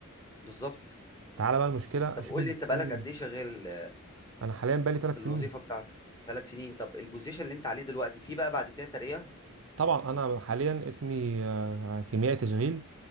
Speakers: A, on the left (about 15°); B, on the right (about 60°).
A: بالظبط
B: تعالى بقى المشكله
A: طب
B: شوف
A: قول
B: المشكله
A: لي انت بقالك
B: مين
A: قد ايه شغال
B: انا حاليا بقالي ثلاث
A: في الوظيفه
B: سنين
A: بتاعتك ثلاث سنين طب البوزيشن اللي انت عليه دلوقتي فيه بقى بعد كده ترقيه
B: طبعا انا حاليا اسمي آه، كيميائي تشغيل